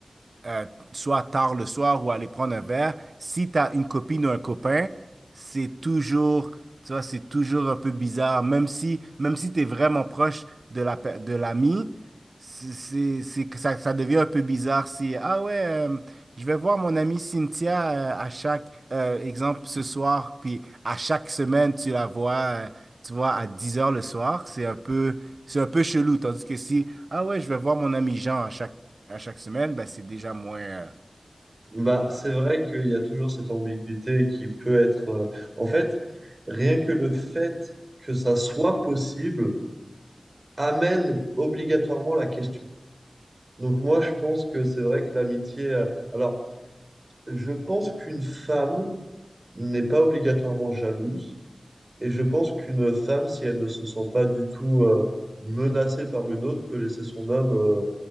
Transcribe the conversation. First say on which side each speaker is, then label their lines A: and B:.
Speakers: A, on the right (about 70°); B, on the right (about 40°).
A: euh, soit tard le soir ou aller prendre un verre, si tu as une copine ou un copain, c'est toujours, tu vois, c'est toujours un peu bizarre, même si, même si tu es vraiment proche de la, pe- de l'ami, c'est, c'est, c'est que ça, ça devient un peu bizarre si, ah ouais, euh, je vais voir mon amie Cynthia euh, à chaque euh, exemple ce soir, puis à chaque semaine, tu la vois, euh, tu vois, à 10 heures le soir. C'est un peu, c'est un peu chelou. Tandis que si, ah ouais, je vais voir mon ami Jean à chaque, à chaque semaine, ben c'est déjà moins. euh,
B: bah,
A: ouais.
B: c'est vrai qu'il y a toujours cette ambiguïté qui peut être, euh, en fait, rien que le fait que ça soit possible amène obligatoirement la question. Donc moi, je pense que c'est vrai que l'amitié... euh, Alors, je pense qu'une femme n'est pas obligatoirement jalouse. Et je pense qu'une femme, si elle ne se sent pas du tout euh, menacée par une autre, peut laisser son homme euh,